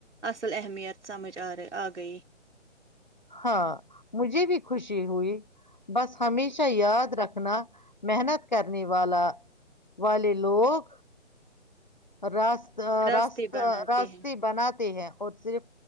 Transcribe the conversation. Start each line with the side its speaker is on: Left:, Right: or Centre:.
Right: اصل اہمیت سمجھ آے آ گئی
Left: ہاں مجھے بھی خوشی ہوئی بس ہمیشہ یاد رکھنا محنت کرنے والا والے لوگ راس
Right: راستے
Left: رست
Right: بناتے
Left: رستی
Right: ہیں
Left: بناتی ہے اور صرف